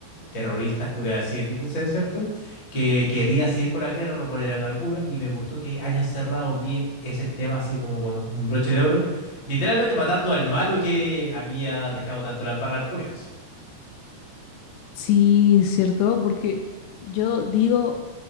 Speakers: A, on the left (about 35°); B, on the left (about 85°).
A: terroristas, por así decirlo, ¿cierto? Que querían seguir con la guerra, lo cual era una locura, y me gustó que hayan cerrado bien ese tema así como con un broche de oro, literalmente matando al malo que había dejado tanto la embarra al comienzo.
B: Sí, cierto, porque yo digo,